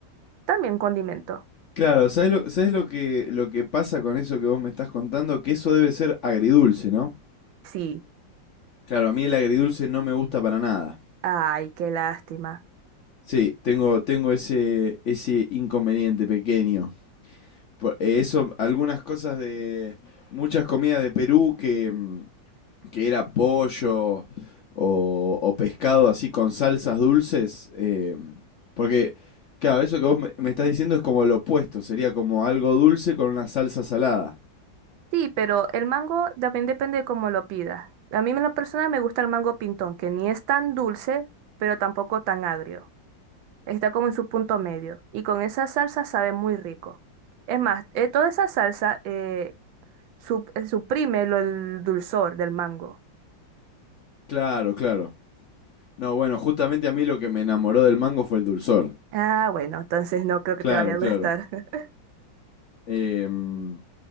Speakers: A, on the right (about 85°); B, on the left (about 60°).
A: también condimento.
B: Claro, ¿sabes lo, sabés lo que, lo que pasa con eso que vos me estás contando? Que eso debe ser agridulce, ¿no?
A: Sí,
B: Claro, a mí el agridulce no me gusta para nada.
A: ay, qué lástima.
B: Sí, tengo, tengo ese, ese inconveniente pequeño. Por- eh, Eso, algunas cosas de muchas comidas de Perú que, mm, que era pollo o, o pescado así con salsas dulces. eh, porque, claro, eso que vos me, me estás diciendo es como lo opuesto, sería como algo dulce con una salsa salada.
A: Sí, pero el mango también depende cómo lo pidas. A mí en lo personal me gusta el mango pintón, que ni es tan dulce, pero tampoco tan agrio. Está como en su punto medio. Y con esa salsa sabe muy rico. Es más, eh, toda esa salsa eh, sup- eh, suprime lo- el dulzor del mango.
B: Claro, claro. No, bueno, justamente a mí lo que me enamoró del mango fue el dulzor.
A: Ah, bueno, entonces no creo que
B: Claro,
A: te vaya a gustar.
B: claro.
A: <laughs>
B: Em,